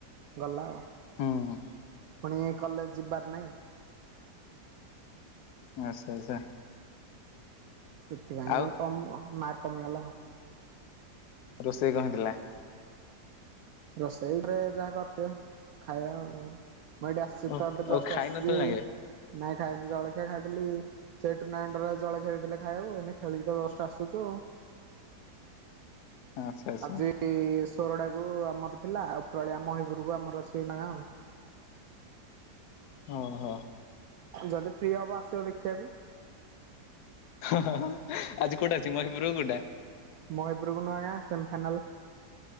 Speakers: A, on the right; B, on the left.
A: ଗଲା ଆଉ।
B: ହୁଁ ହୁଁ।
A: ପୁଣି କଲେଜ ଯିବାର ନାହିଁ।
B: ଆଚ୍ଛା ଆଚ୍ଛା।
A: ସେଥିପାଇଁ
B: ଆଉ
A: କମ ମାର୍କ କମିଗଲା।
B: ରୋଷେଇ କଣ ହେଇଥିଲା?
A: ରୋଷେଇ ରେ ଯାହା କରିଦିଅ ଖାଇବା ଆଉ କଣ? ମୁଁ ଏଇଠି ଆସିଛି
B: ଓ
A: ତ ଏବେ ଜଷ୍ଟ
B: ଓ ଖାଇ
A: ଆସିଛି
B: ନଥିଲ ନାକେ
A: ନାଇଁ ଖାଇନି ଜଳଖିଆ ଖାଇଥିଲି ସେ ଟୁର୍ଣ୍ଣାମେଣ୍ଟରେ ଜଳଖିଆ ଦେଇଥିଲେ ଖାଇବାକୁ ଏଇନେ ଖେଳିକି ତ ଜଷ୍ଟ ଆସୁଛୁ ଆଉ।
B: ଆଚ୍ଛା ଆଚ୍ଛା
A: ଆଜି ଘରଡାକୁ ଆପ ଆମର ଥିଲା ଆଉ ଓପରଓଳି ଆମ ମହିପୁରକୁ ଆମର ସିଏନା ଗାଁ।
B: ଓହୋ।
A: ଯଦି ଫ୍ରି ହବ ଆସିବ ଦେଖିବାକୁ।
B: ଓ ହ ଆଜି କୋଉଟା ଅଛି ମହିପୁର କ କୋଉଟା?
A: ମହିପୁର କୁ ନୂଆଗାଁ ସେମି ଫାଇନାଲ୍ ।